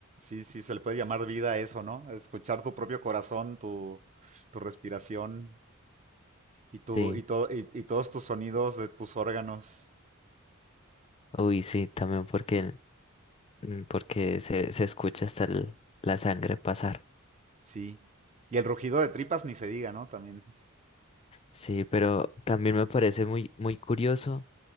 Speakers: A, on the right; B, on the left.
A: Sí, sí, se le puede llamar vida a eso, ¿no? Escuchar tu propio corazón, tu, tu respiración y, tu,
B: Sí,
A: y, to- y, y todos tus sonidos de tus órganos.
B: uy, sí, también porque, mm, porque se, se escucha hasta el- la sangre pasar.
A: Sí. Y el rugido de tripas ni se diga, ¿no? También.
B: Sí, pero también me parece muy, muy curioso